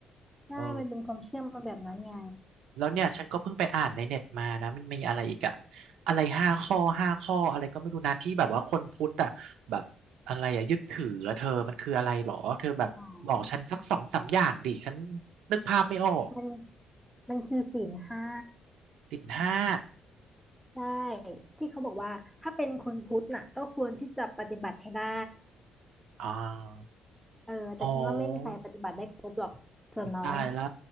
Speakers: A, in the centre; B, on the right.
A: ใช่มันเป็นความเชื่อมาแบบนั้นไง
B: เออแล้วเนี่ยฉันก็เพิ่งไปอ่านในเน็ตมานะ มันมีอะไรอีกอะอะไรห้าข้อห้าข้ออะไรก็ไม่รู้นะที่แบบว่าคนพุทธอะแบบอะไรอะยึดถืออะเธอ มันคืออะไรหรอเธอแบบบอกฉันสักสองสามอย่างดิฉัน
A: อ๋อ
B: นึกภาพไม่ออก
A: มันมันคือศีลห้า
B: ศีลห้า
A: ใช่ที่เขาบอกว่าถ้าเป็นคนพุทธน่ะก็ควรที่จะปฏิบัติให้ได้
B: อ่า
A: เออแต่ฉันว่าไม่มีใครปฏิบัติได้ครบหรอกส่วนน้อย
B: อ๋อ อุ๊ยตายละ